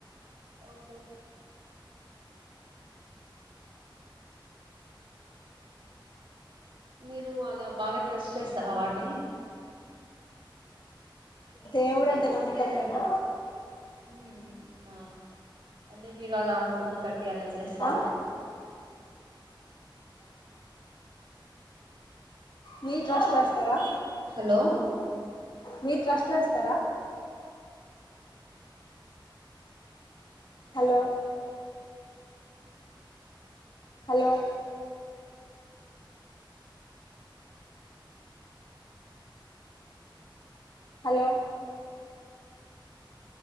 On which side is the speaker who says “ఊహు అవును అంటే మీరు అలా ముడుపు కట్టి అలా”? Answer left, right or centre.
Right